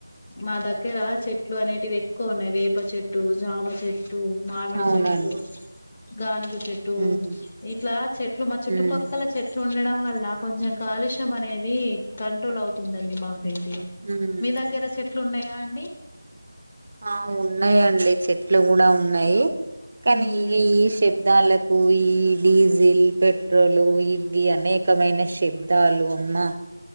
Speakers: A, on the left (about 30°); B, on the right (about 45°).
A: మా దగ్గర చెట్లు అనేటివి ఎక్కువ ఉన్నాయి వేప చెట్లు జామ చెట్టు చెట్టు మామిడి
B: అవునండి
A: చెట్లు, గానుగు చెట్టు,
B: ఉమ్
A: ఇట్లా చెట్లు మా చుట్టుపక్కల
B: ఉమ్
A: చెట్లు ఉండడం. వల్ల కొంచెం కాలుష్యం అనేది కంట్రోల్ అవుతుందండి మా <unintelligible>
B: ఉమ్
A: మీ దగ్గర ఉన్నాయా అండి
B: ఆ ఉన్నాయండి చెట్లు కూడా ఉన్నాయి కానీ
A: మ్మ్
B: ఈ ఈషబ్ శబ్దాలకు ఈ డీజిల్ పెట్రోల్ ఇవి అనేకమైన శబ్దాలు అమ్మా